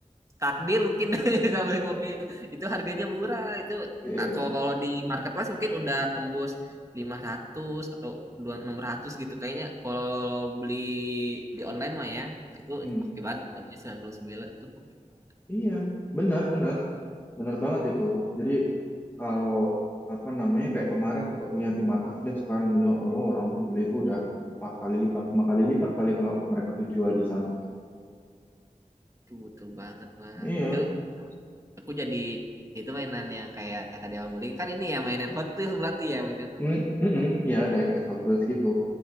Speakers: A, on the right; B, on the left.
A: takdir mungkin <laughs> bisa beli mobil. Itu harganya murah. Itu
B: Iya,
A: ah, kalau kalau di marketplace mungkin udah tembus 500 atau dua enam ratus gitu kayaknya kalau beli di online mah ya. Itu
B: Hmm.
A: hoki banget dapetnya 99, itu hoki banget.
B: Iya, benar-benar. Bener banget itu. Jadi kalau apa namanya kayak kemarin sempat melihat di marketplace kan ya Allah orang tuh beli itu udah empat kali lipat, lima kali lipat kali kalau mereka tuh jual di sana.
A: Tuh, betul banget, Bang.
B: Iya,
A: Itu aku jadi itu mainan yang kayak tadi Abang beli kan ini ya mainan Hot Wheels berarti ya mainan
B: mm, mm-mm. Iya diecast Hot Wheels gitu,